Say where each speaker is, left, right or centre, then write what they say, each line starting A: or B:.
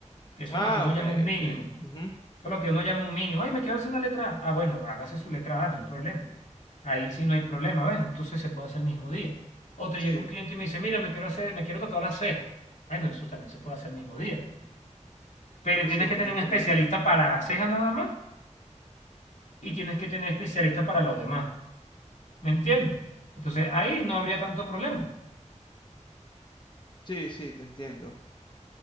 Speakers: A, on the left; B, on the left.
A: que eso
B: Ah,
A: es lo que uno
B: ok,
A: llama un mínimo,
B: ok. ujú,
A: eso es lo que uno llama un mínimo, ay, me quiero hacer una letra A, ah, bueno, hágase su letra A, no hay problema, ahí sí no hay problema, ¿ves? Entonces se puede hacer el mismo día. O te
B: Sí,
A: llega un cliente y me dice, mira, me quiero hacer, me quiero tatuar la ceja, bueno, eso también se puede hacer el mismo día, pues. pero
B: sí,
A: tienes
B: sí,
A: que
B: te estoy
A: tener
B: entendiendo.
A: un especialista para la ceja nada más y tienes que tener especialista para lo demás, ¿me entiendes? Entonces ahí no habría tanto problema.
B: Sí, sí, te entiendo.